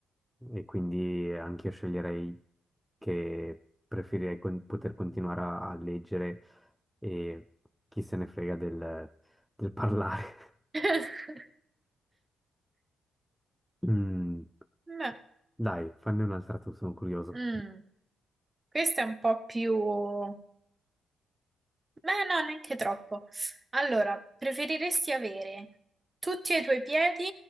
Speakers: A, in the centre; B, on the right.
A: E quindi anche io sceglierei che preferirei con- poter continuare a, a leggere e chi se ne frega del, del parlare. <laughs>
B: <laughs>
A: Mm,
B: No.
A: dai, fanne un'altra tu, sono curioso.
B: Mm. Questo è un po' più... Beh, no, neanche troppo. Allora, preferiresti avere tutti e i tuoi piedi